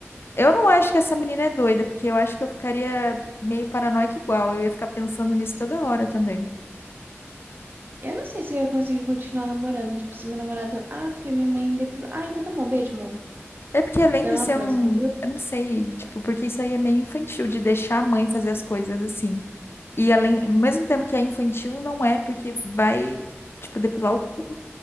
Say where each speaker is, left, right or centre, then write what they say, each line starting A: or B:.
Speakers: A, on the left (about 55°); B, on the right (about 45°).
A: Eu não acho que essa menina é doida, porque eu acho que eu ficaria meio paranoica igual, eu ia ficar pensando nisso toda hora também.
B: Eu não sei se eu ia conseguir continuar namorando. Tipo, se meu namorado. Ah, porque minha mãe depilou. Ah, então tá bom. Beijo, amor.
A: É porque além
B: Até
A: de
B: uma
A: ser
B: próxima,
A: um,
B: viu?
A: eu não sei, tipo, porque isso aí é meio infantil de deixar a mãe fazer as coisas assim. E além, ao mesmo tempo que é infantil, não é, porque vai, tipo, depilar o cu,